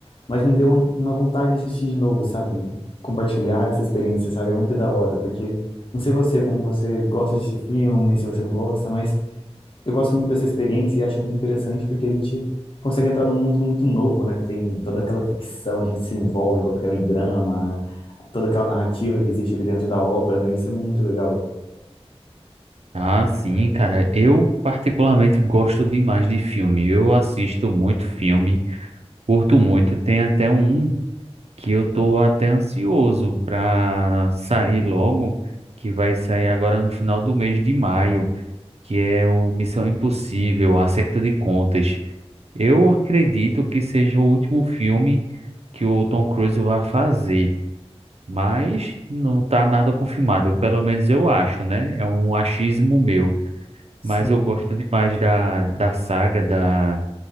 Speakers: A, on the left; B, on the right.
A: Mas me deu um- uma vontade de assistir de novo, sabe? Compartilhar essa experiência, sabe? É muito da hora, porque não sei você, como você gosta de assistir filme, se você não gosta, mas eu gosto muito dessa experiência e acho muito interessante porque a gente consegue entrar num mundo muito novo, né? Tem toda aquela ficção, a gente se envolve com aquele drama, toda aquela narrativa que existe ali dentro da obra, né? Isso é muito legal.
B: Ah, sim, cara. Eu particularmente gosto demais de filme. Eu assisto muito filme, curto muito. Tem até um que eu tô até ansioso pra sair logo, que vai sair agora no final do mês de maio, que é o Missão Impossível, Acerto de Contas. Eu acredito que seja o último filme que o Tom Cruise vai fazer, mas não está nada confirmado. Eu, Pelo menos eu acho, né? É um achismo meu.
A: Sim,
B: Mas eu gosto demais da, da saga da,